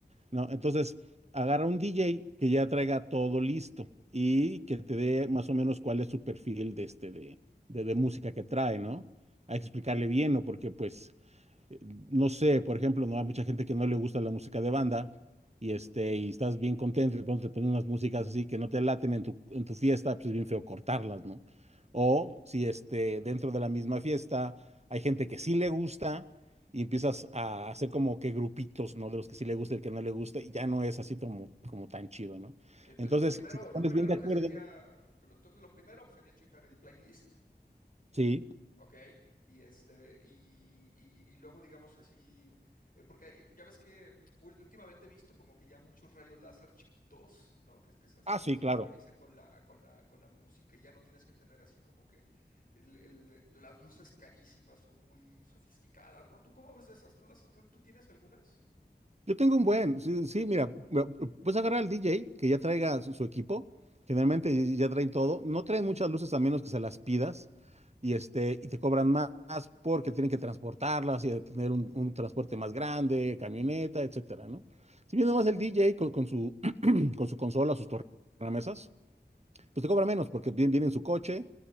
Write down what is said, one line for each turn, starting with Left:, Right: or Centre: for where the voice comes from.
Right: ¿no? Entonces, agarra un DJ que ya traiga todo listo y que te dé más o menos cuál es su perfil de este, de, de, de música que trae, ¿no? Hay que explicarle bien, ¿no? Porque pues eh, no sé, por ejemplo, no hay mucha gente que no le gusta la música de banda y este y estás bien contento y de pronto te ponen unas músicas así que no te laten en tu, en tu fiesta, pues es bien feo cortarlas, ¿no? O si este dentro de la misma fiesta hay gente que sí le gusta y empiezas a hacer como que grupitos, ¿no? De los que sí le gusta y el que no le gusta y ya no es así como, como tan chido, ¿no?
Left: que lo
Right: Entonces,
Left: primero,
Right: si te pones
Left: lo primero
Right: bien de
Left: que
Right: acuerdo,
Left: sería, lo- entonces lo primero pues, sería checar el playlist.
Right: sí,
Left: Ok, y este, y, y- y luego digamos así, eh, porque ya ves que ul- últimamente he visto como que ya muchos rayos láser chiquitos, ¿no? Que, que se hasta
Right: ah,
Left: se
Right: sí,
Left: sincronizan
Right: claro.
Left: con la, con la, con la música, y ya no tienes que tener así como que el- el- las luces carísimas o muy sofisticadas, ¿no? ¿Tú cómo ves de esas? ¿Tú las, tú, tú tienes algunas?
Right: Yo tengo un buen, sí, sí, mira, bueno, puedes agarrar al DJ que ya traiga su, su equipo, generalmente ya traen todo, no traen muchas luces a menos que se las pidas y, este, y te cobran más porque tienen que transportarlas y de tener un, un transporte más grande, camioneta, etcétera, ¿no? Si viene más el DJ con, con su, <clears throat> con su consola, sus tornamesas, pues te cobra menos porque viene, viene en su coche